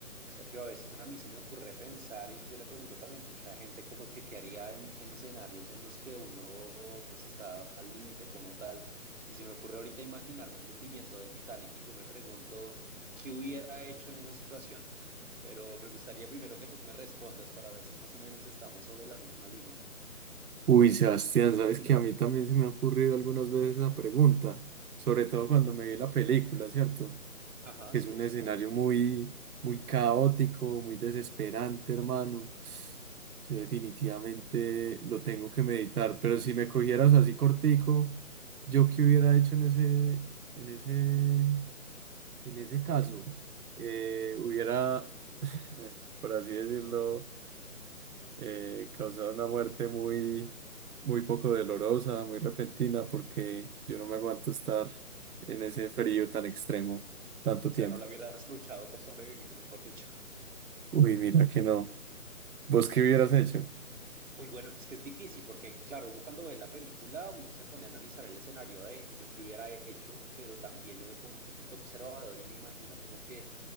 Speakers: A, on the right; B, on the right.
A: Sergio, a veces a mí se me ocurre pensar y yo le pregunto también mucha gente como que qué haría en, en escenarios en los que uno pues está al límite como tal. Y se me ocurre ahorita imaginarme el hundimiento del Titanic y yo me pregunto qué hubiera hecho en esa situación. Pero me gustaría primero que tú me respondas para ver si más o menos estamos sobre la misma línea.
B: Uy, Sebastián, sabes que a mí también se me ha ocurrido algunas veces esa pregunta, sobre todo cuando me vi la película, ¿cierto?
A: Ajá,
B: Que
A: sí,
B: es un
A: exactamente.
B: escenario muy, muy caótico, muy desesperante, hermano. Yo definitivamente lo tengo que meditar, pero si me cogieras así cortico, ¿yo qué hubiera hecho en ese, en ese, en ese caso? Eh, hubiera, <laughs> por así decirlo eh, causado una muerte muy, muy poco dolorosa, muy repentina, porque yo no me aguanto estar en ese frío tan extremo tanto
A: O
B: tiempo.
A: sea, no la hubieras luchado por sobrevivir, mejor dicho.
B: Uy, mira que no. ¿Vos qué
A: <laughs>
B: hubieras hecho?
A: Uy, bueno, es que es difícil porque, claro, uno cuando ve la película, uno se pone a analizar el escenario de yo que hubiera hecho, pero también yo me pongo un poquito observador y me imagino como que,